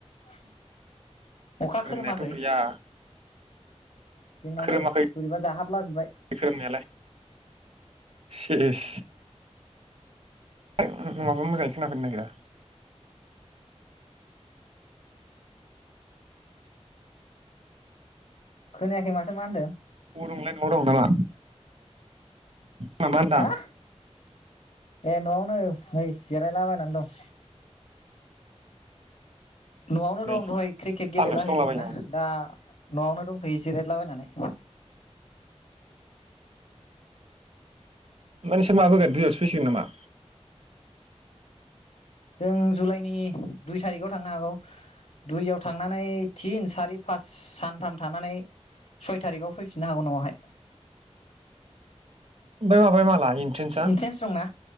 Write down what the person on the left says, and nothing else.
<inaudible>
खोरोमाखै
जोंनाव
नै बोरैबा जाहाबलाजोबबाय
खोनायाखै माथो मा होनदों।
हा ए न'आवनो नै जेरायलाबायनान दं न'आवनो
दं दहाय क्रिकेट गेलेला
हैदोंमोन
ना
दा न'आवनो दंथयो जिरेदलाबायनानै।
जों जुलाइनि दुइ थारिखाव थांनो हागौ। दुइयाव थांनानै थिन सारि पास सानथाम थानानै सय थारिखाव फैफिननो हागौ न'आवहाय।
इन्ट्रेन्स दंना?